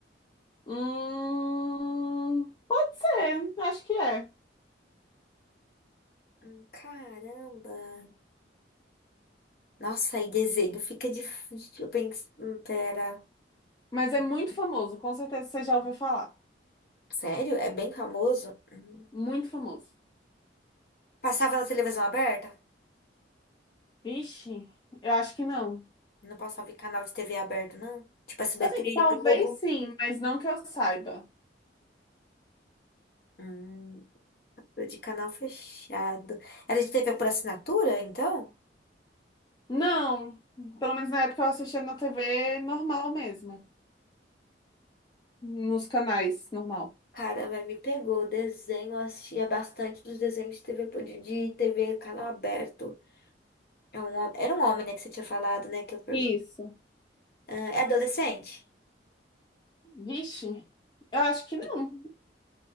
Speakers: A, on the left; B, on the left.
A: Hum, pode ser. Acho que é.
B: Hum, Caramba! Nossa, aí desenho fica difícil. Bem... hum, Pera.
A: Mas é muito famoso. Com certeza você já ouviu falar.
B: Sério? É bem famoso? Hum.
A: Muito famoso.
B: Passava na televisão aberta?
A: Vixe, eu acho que não.
B: Não passava em canal de TV aberto, não? Tipo SBT,
A: Assim, talvez
B: Globo?
A: sim, mas não que eu saiba.
B: Hum, de canal fechado. Era de TV por assinatura, então?
A: Não, pelo menos na época eu assistia na TV normal mesmo, nos canais normal.
B: Cara, vai me pegou. Desenho, eu assistia bastante dos desenhos de TV, por- de de TV, canal aberto. É um, hom- era um homem, né, que você tinha falado, né? Que eu pergun-
A: Isso.
B: Ah, é adolescente?
A: Vixe, eu acho que não.